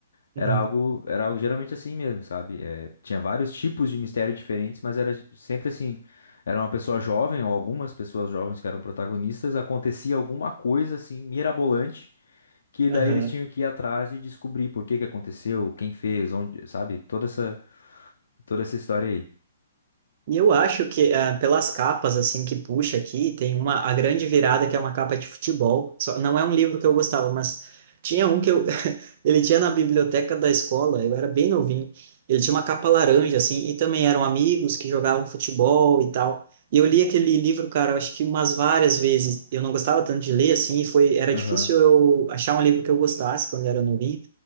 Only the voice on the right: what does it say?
Uhum.
Aham.
E eu acho que ah, pelas capas assim que puxa aqui, tem uma a grande virada que é uma capa de futebol. Só, não é um livro que eu gostava, mas tinha um que eu <laughs> ele tinha na biblioteca da escola, eu era bem novinho. Ele tinha uma capa laranja assim e também eram amigos que jogavam futebol e tal. E eu li aquele livro, cara, eu acho que umas várias vezes. Eu não gostava tanto de ler assim, e foi era
difícil eu achar um livro que eu gostasse quando eu era novinho.